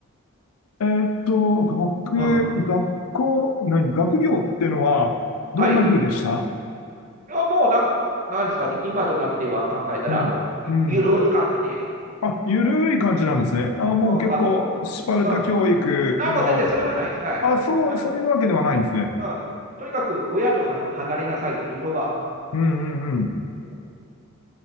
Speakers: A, on the left; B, on the right.
A: えーっと、学、
B: うん。
A: 学校、何、学業っていうのは、どんな風でした
B: はい。いや、もうなん、なんですかね、今となっては考えたら、
A: うん、
B: もうゆ、
A: うん。
B: ゆるい感じで、
A: あ、ゆるい感じなんですね。あ、もう結構、
B: うん、学校、
A: スパルタ教育の、
B: うん。あ、もう全然それはないです。はい。
A: あ、そう、
B: なんか、
A: そういうわけではないんですね。
B: うん。とにかく、親とはな離れなさいっていうのが、
A: うん、うん、うん。
B: うん、